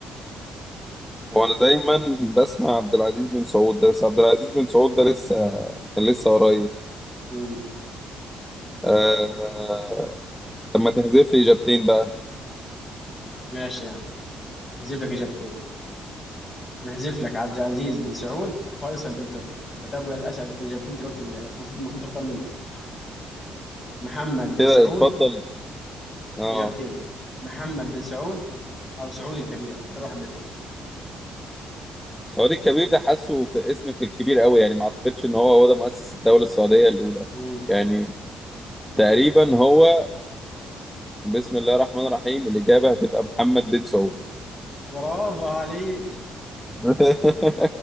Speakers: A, in the centre; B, on the left.
A: هو أنا دايما بسمع عبد العزيز بن سعود ده بس عبد العزيز بن سعود ده لسه كان لسه قريب
B: مم.
A: آه... لما تحذف لي إجابتين بقى
B: ماشي يا عم، نحذف لك إجابتين، نحذف لك عبد العزيز بن سعود، فيصل بن تركي. فتبقى للأسف إجابتين دلوقتي اللي المفروض المفروض تختار منهم. محمد بن
A: كده
B: سعود
A: اتفضل اه
B: إجابتين، محمد بن سعود او سعودي الكبير اختار واحد منهم
A: سعود الكبير ده حاسه في اسم في الكبير قوي يعني ما اعتقدش ان هو هو ده مؤسس الدولة السعودية الأولى
B: امم
A: يعني تقريبا هو بسم الله الرحمن الرحيم الإجابة هتبقى محمد بن سعود
B: برافو عليك
A: <laughs>